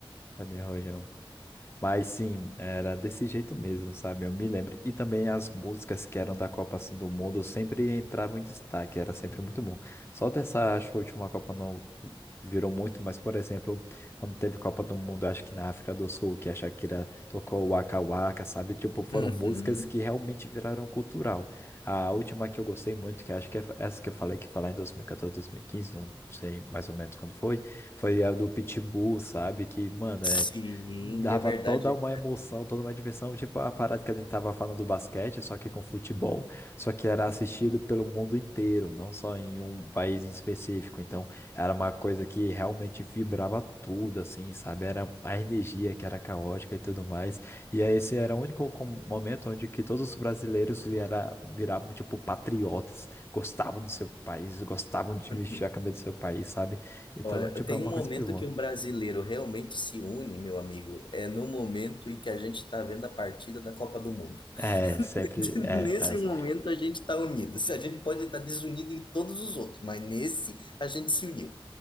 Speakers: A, on the left; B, on the left.
A: Cadê o Rojão? Mas sim, era desse jeito mesmo, sabe? Eu me lembro. E também as músicas que eram da Copa assim do Mundo sempre entravam em destaque, era sempre muito bom. Só dessa, acho que a última Copa não virou muito, mas por exemplo, quando teve Copa do Mundo, acho que na África do Sul, que a Shakira tocou Waka Waka, sabe? Tipo, foram
B: Uhum.
A: músicas que realmente viraram cultural. A última que eu gostei muito, que acho que é essa que eu falei, que falar em dois dois mil mil e quatorze, dois mil e quinze não sei mais ou menos quando foi, foi a do Pitbull, sabe? Que, mano, é
B: Sim,
A: dava
B: é verdade.
A: toda uma emoção, toda uma diversão, tipo a parada que a gente tava falando do basquete, só que com futebol, só que era assistido pelo mundo inteiro, não só em um país em específico. Então, era uma coisa que realmente vibrava tudo, assim, sabe? Era a energia que era caótica e tudo mais. E aí, esse era o único com- momento onde que todos os brasileiros viera, viravam, tipo, patriotas, gostavam do seu país, gostavam de
B: <laughs>
A: vestir a camisa do seu país, sabe? Então,
B: Olha,
A: tipo,
B: tem
A: é uma
B: um momento
A: coisa muito boa.
B: que o brasileiro realmente se une, meu amigo, é no momento em que a gente está vendo a partida da Copa do Mundo.
A: É, sempre
B: <laughs>
A: é,
B: Nesse
A: é.
B: momento a gente está unido. Se a gente pode estar desunido em todos os outros, mas nesse a gente se uniu.